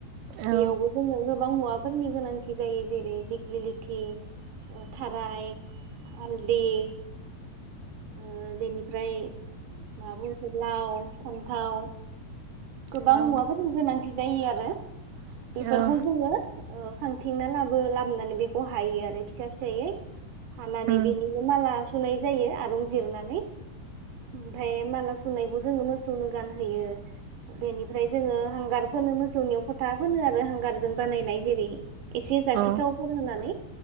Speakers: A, on the right; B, on the right.
A: औ
B: बेयावबो जोंनो गोबां मुवा फोरनि गोनांथि जायो जेरै दिग्लिलिथि ओ थाराय हालदि ओबेनिफ्राय माबा बुंङो लाव फान्थाव गोबां
A: औ
B: मुवाफोरनि गोनां थि जायो आरो। बेेफोरखौ
A: औ
B: जोंङो ओ खांथिंना लाबो लाबनानै बेखौ हायो आरो फिसा फिसायै हानानै
A: उम
B: बिनिनो माला सुनाय जायो आरुं जिरनानै ओमफ्राय माला सुनायखौ जोंङो मोसौनो गानहोयो। बेनिफ्राय जोंङो हांगार फोनो मोसौनियाव फथा फो आरो हांगारजों बानायनाय जेरै एसे जाथिथावफोर
A: अ
B: होनानै।